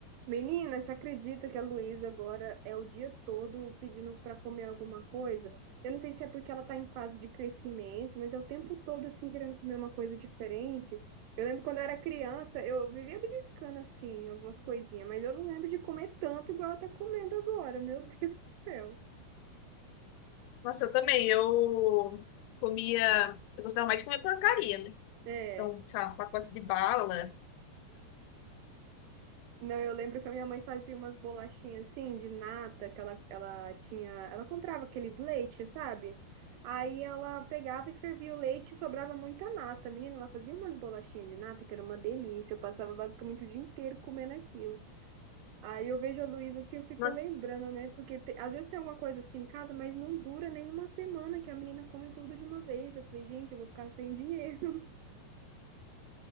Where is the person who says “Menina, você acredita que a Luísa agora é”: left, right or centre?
Right